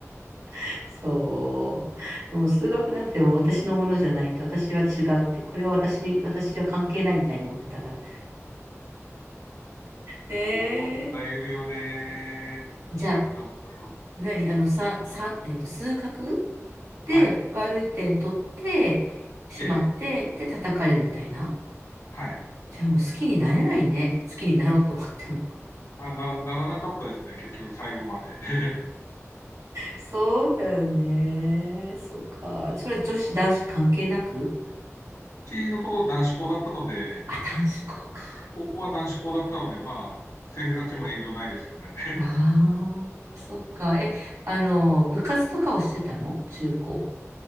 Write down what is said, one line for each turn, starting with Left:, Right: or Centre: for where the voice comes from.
Right: <laughs> そう。もう数学なんてもう私のものじゃないって、私は違うって、これは私、私は関係ないみたいに思ってたから。
Left: <laughs>
Right: え
Left: 思っちいるよね。
Right: ー、じゃあ、
Left: 苦手なもんだと。
Right: 何あの、さ、さ、えっと、数学で悪い点取ってしまって、
Left: はい。ええ。
Right: で、叩かれるみたいな。
Left: はい。
Right: じゃあもう好きになれないね。好きになろうと思っても。
Left: あ、な、ならなかったですね、結局、最後まで。<laughs>
Right: そうだよね。そっか。それ女子男子関係なく
Left: 私のところ男子校だったので、
Right: あ、男子校か。
Left: 高校は男子校だったので、まあ、先生たちも遠慮ないですよね。
Right: ああ、そっか。え、あの、部活とかはしてたの中高。